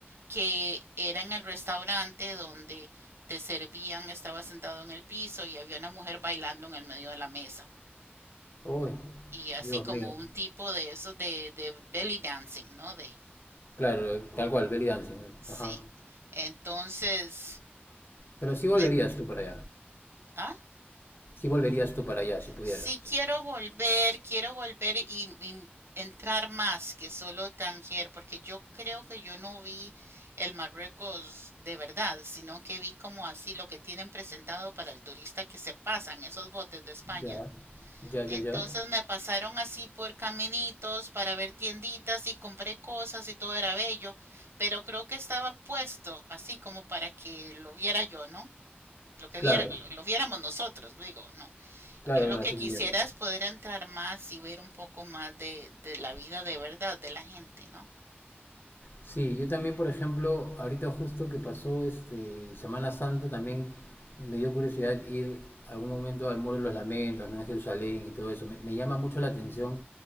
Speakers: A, on the right (about 75°); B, on the left (about 55°).
A: que era en el restaurante donde te servían, estaba sentado en el piso y había una mujer bailando en el medio de la mesa.
B: Uy,
A: Y así
B: Dios
A: como
B: mío.
A: un tipo de esos de, de belly dancing, ¿no? De,
B: Claro, tal cual, belly dancing.
A: sí.
B: Ajá.
A: Entonces,
B: Pero sí volverías
A: eh,
B: tú para allá.
A: ¿ah?
B: Sí volverías tú para allá si pudieras.
A: Sí quiero volver, quiero volver y, y entrar más que solo Tangier, porque yo creo que yo no vi el Marruecos de verdad, sino que vi como así lo que tienen presentado para el turista que se pasan esos botes de España.
B: Ya. Ya, ya,
A: Entonces
B: ya.
A: me pasaron así por caminitos para ver tienditas y compré cosas y todo era bello, pero creo que estaba puesto así como para que lo viera yo, ¿no? lo que
B: Claro.
A: viera, lo, lo viéramos nosotros, digo, ¿no?
B: Claro,
A: Yo lo
B: bueno,
A: que
B: sí
A: quisiera
B: te entiendo.
A: es poder entrar más y ver un poco más de, de la vida de verdad de la gente, ¿no?
B: Sí, yo también, por ejemplo, ahorita justo que pasó este Semana Santa, también me dio curiosidad ir algún momento al Muro de los Lamentos, ¿no? En Jerusalén y todo eso. Me, me llama mucho la atención